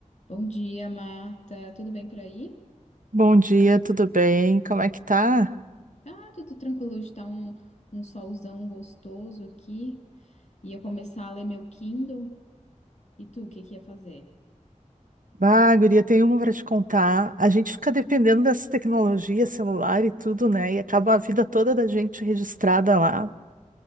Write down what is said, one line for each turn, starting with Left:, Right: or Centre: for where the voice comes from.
Left: Bom dia, Marta. Tudo bem por aí?
Right: Bom dia, tudo bem? Como é que tá?
Left: Tá tudo tranquilo. Hoje tá um, um solzão gostoso aqui. Ia começar a ler meu Kindle. E tu, o que que ia fazer?
Right: Bah, guria, tem uma para te contar. A gente fica dependendo dessa tecnologia, celular e tudo, né? E acaba a vida toda da gente registrada lá.